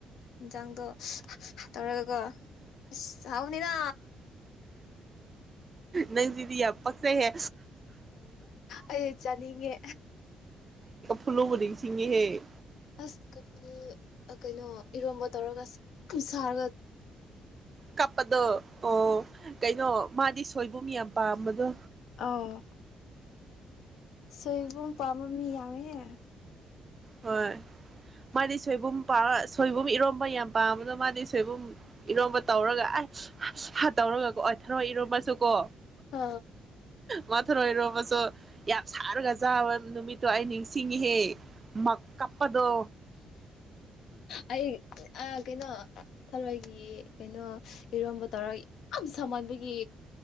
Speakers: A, on the left (about 75°); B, on the right (about 30°).
A: ꯌꯦꯟꯁꯥꯡꯗꯣ ꯇꯧꯔꯒꯒꯣ ꯏ ꯍꯥꯎꯅꯤꯅ
B: ꯅꯪꯁꯤꯗꯤ ꯌꯥꯝ ꯄꯛꯁ ꯍꯦ
A: ꯑꯩ ꯆꯥꯅꯤꯡꯉꯦ
B: ꯐꯂꯣꯕꯨꯗꯤꯡꯁꯤꯁꯤꯡꯦꯍꯦ
A: ꯑꯁ ꯀꯕꯨ ꯀꯩꯅꯣ ꯏꯔꯣꯝꯕ ꯇꯧꯔꯒ ꯑꯁ ꯁꯒꯠ
B: ꯀꯄꯗꯣ ꯑꯣ ꯀꯩꯅꯣ ꯃꯥꯗꯤ ꯁꯣꯏꯕꯨꯝ ꯌꯥꯝ ꯄꯥꯝꯕꯗꯣ
A: ꯑꯥ ꯁꯣꯏꯕꯨꯝ ꯄꯥꯝꯝꯕ ꯃꯤ ꯌꯥꯝꯃꯦꯍꯦ
B: ꯍꯣꯏ ꯃꯥꯗꯤ ꯁꯣꯏꯕꯨꯝ ꯄꯥ ꯁꯣꯏꯕꯨꯝ ꯏꯔꯣꯝꯕ ꯌꯥꯝ ꯄꯥꯝꯕꯗꯣ ꯃꯥꯗꯤ ꯁꯣꯏꯕꯨꯝ ꯏꯔꯣꯝꯕ ꯇꯧꯔꯒ ꯑ ꯇꯧꯔꯒꯀꯣ ꯑꯣꯏ ꯊꯔꯣꯏ ꯏꯔꯣꯃꯁꯨ ꯀꯣ
A: ꯑ
B: ꯃꯥ ꯊꯔꯣꯏ ꯏꯔꯣꯝꯕꯁꯨ ꯌꯥꯝ ꯁꯥꯔꯒ ꯆꯥꯕ ꯅꯨꯃꯤꯠꯇꯣ ꯑꯩ ꯅꯤꯡꯁꯤꯡꯉꯍꯦ ꯃꯀꯥ ꯑꯗꯣ
A: ꯑꯩ ꯀꯩꯅꯣ ꯊꯔꯣꯏꯒꯤ ꯀꯩꯅꯣ ꯏꯔꯣꯝꯕ ꯇꯧꯔꯒ ꯌꯥꯝ ꯁꯍꯟꯕꯒꯤ